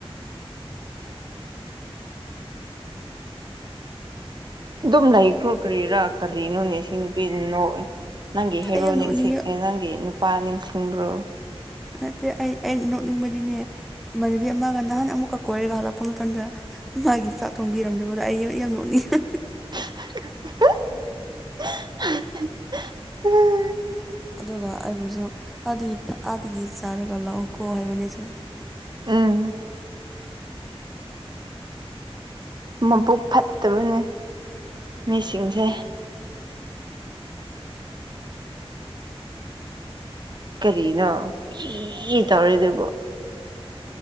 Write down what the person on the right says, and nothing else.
ꯑꯗꯨꯝ ꯂꯩꯈ꯭ꯔꯣ ꯀ꯭ꯔꯤꯔꯥ ꯀꯔꯤꯅꯣꯅꯦ ꯑꯁꯤ ꯅꯨꯄꯤꯖꯦ ꯅꫭꯛ ꯑꯦ ꯅꯪꯒꯤ ꯍꯦꯔꯣ
ꯅꯤꯡꯁꯤꯡ
ꯅꯪꯒꯤ ꯅꯨꯄꯥ ꯅꯤꯡꯁꯤꯡꯕ꯭ꯔꯣ꯫
<unintelligible>
ꯎꯝ ꯃꯥꯕꯨꯛ ꯐꯠꯇꯥꯕꯅꯦ ꯃꯤ ꯁꯤꯡꯁꯦ ꯀꯔꯤꯅꯣ ꯐꯤ ꯇꯧꯔꯦꯗꯨꯕꯨ꯫